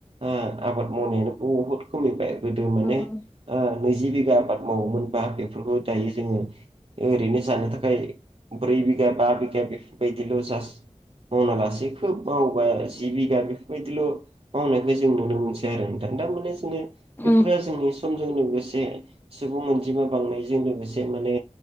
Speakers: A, on the right; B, on the left.
A: ओ आबाद मावनायानो बुहुद खमिबाय। गोदो माने
B: उम उम
A: ओ नैजि बिगा आबाद मावोमोनबा बेफोरखौ दायो जोङो ओरैनो जानो थाखाय ब्रै बिगा बा बिगा बेफोरबायदिल' जास मावना लासेै खोब मावोबा आरो। जि बिगा बेफोरबायदिल' मावनायखो जों नुनो मोनसै आरो नोंथां। दा माने जोङो
B: उम
A: बेफोरो जोंनि समजों लोगोसे सुबुं अनजिमा बांनायजों लोगोसे माने